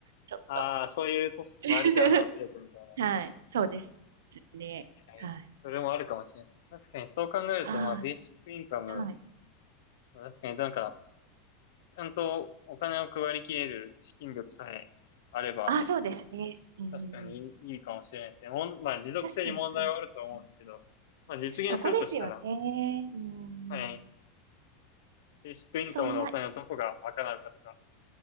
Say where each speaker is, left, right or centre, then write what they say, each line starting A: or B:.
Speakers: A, on the right; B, on the left.
A: ちょっと。
B: ああ、そういう組織周りからの圧力みたいな。
A: <laughs> はい。そうですね。
B: 確かに。
A: はい。
B: それもあるかもしれないです。確かにそう考えると、
A: は
B: まあ、ベーシックインカム、
A: い。はい。
B: 確かになんか、ちゃんとお金を配りきれる資金力さえあれば、
A: あ、そうですね。うん。
B: 確かにいいかもしれないですね。もん、まあ、持続性に問題はあるとは思うんですけど、
A: 確かにそうですね。
B: まあ、実現するとしたら、
A: そこですよね。うん。
B: はい。ベーシックインカムのお金をどこが賄うかとか、
A: そんな